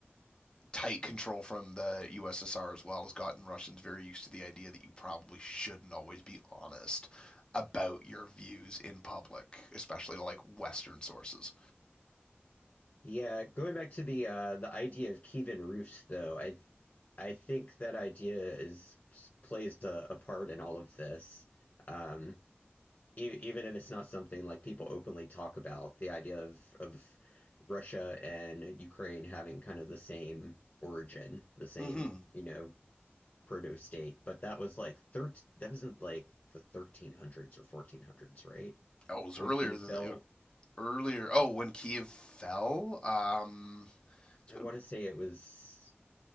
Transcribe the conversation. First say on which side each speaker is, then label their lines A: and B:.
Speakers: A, on the left; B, on the left.
A: tight control from the USSR as well has gotten Russians very used to the idea that you probably shouldn't always be honest about your views in public, especially to like Western sources.
B: Yeah, going back to the uh, the idea of Kievan roofs, though, I I think that idea is plays a, a part in all of this. Um, e- even if it's not something like people openly talk about, the idea of of Russia and Ukraine having kind of the same origin, the same,
A: Mm-hmm.
B: you know, proto state. But that was like thir- that wasn't like the 1300s or 1400s, right?
A: Oh, it was
B: When
A: earlier
B: Kiev
A: than
B: fell,
A: earlier. Oh, when Kiev fell. Um. so-
B: I want to say it was